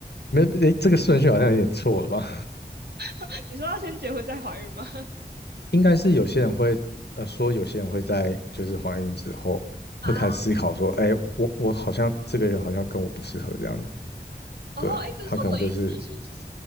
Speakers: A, on the left; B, on the right.
A: 没，诶，这个顺序好像有点错了吧？
B: <laughs> 你说要先结婚再怀孕吗？<laughs>
A: 应该是有些人会，呃，说有些人会在就是怀孕之后会开始思考说，
B: 啊，
A: 哎，我我好像这个人好像跟我不适合这样子，
B: 哦，
A: 对，
B: 哎，可是我意思是说，
A: 他可能就是，
B: 就是